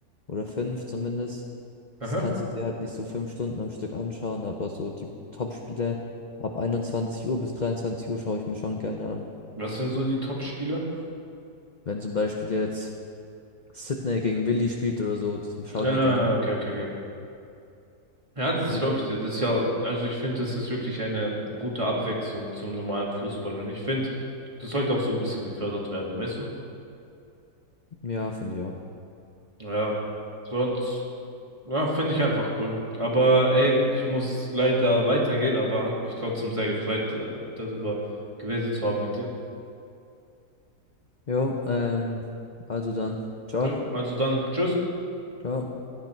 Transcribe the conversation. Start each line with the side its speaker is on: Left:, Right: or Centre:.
Left: oder fünf zumindest.
Right: aha.
Left: Das kannst du dir halt nicht so fünf Stunden am Stück anschauen, aber so die Top-Spiele ab 21 Uhr bis 23 Uhr schaue ich mir schon gerne an.
Right: Was sind so die Top-Spiele?
Left: Wenn zum Beispiel jetzt Sydney gegen Willi spielt oder so, das schaue
Right: Ah,
Left: ich mir gerne an.
Right: okay, okay, okay. Ja, das ist,
Left: Oder
Right: glaube ich, das ist ja, also ich finde, das ist wirklich eine gute Abwechslung zum normalen Fußball. Und ich finde, das sollte auch so ein bisschen gefördert werden, weißt du?
Left: ja, finde ich auch.
Right: Ja, sonst, ja, finde ich einfach cool. Aber ey, ich muss leider weitergehen, aber hat mich trotzdem sehr gefreut, äh, darüber geredet zu haben mit dir.
Left: Jo, ähm, also dann. Ciao,
Right: Jo, also dann, tschüss.
Left: ciao.